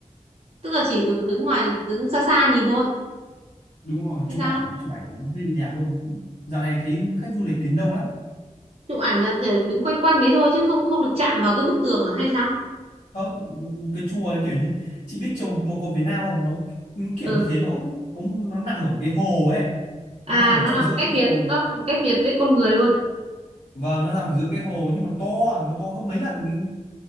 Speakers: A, on the right; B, on the left.
A: tức là chỉ được đứng ngoài đứng xa xa nhìn thôi
B: đúng rồi
A: hay
B: chụp
A: sao
B: ảnh chụp ảnh hơi bị đẹp luôn dạo này thấy khách du lịch đến đông lắm
A: chụp ảnh là để đứng quanh quanh đấy thôi chứ không không được chạm vào cái bức tường à hay sao
B: không cái chùa đấy kiểu như chị biết chùa một cột Việt Nam không nó nó kiểu
A: ừ
B: như thế nó cũng nó nằm ở cái hồ ấy
A: à
B: nó nằm ở
A: nó
B: trong
A: làm
B: giữa
A: cách
B: cái
A: biệt
B: hồ
A: nó làm cách biệt với con người luôn
B: và nó nằm giữa cái hồ nhưng mà nó to nó to gấp mấy lần cái,